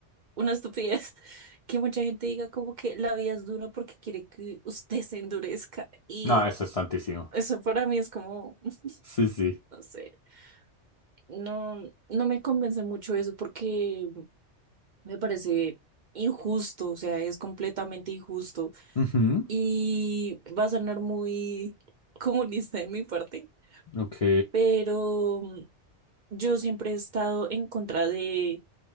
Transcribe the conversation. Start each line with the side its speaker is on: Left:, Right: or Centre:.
Right: una estupidez <laughs> que mucha gente diga como que la vida es dura porque quiere que usted se endurezca y
Left: No, eso es santísimo.
Right: eso para mí es como, <laughs>
Left: Sí, sí.
Right: no sé, no, no me convence mucho eso porque me parece injusto, o sea, es completamente injusto
Left: Ujú,
Right: y va a sonar muy <laughs> comunista de mi parte,
Left: Ok,
Right: pero yo siempre he estado en contra de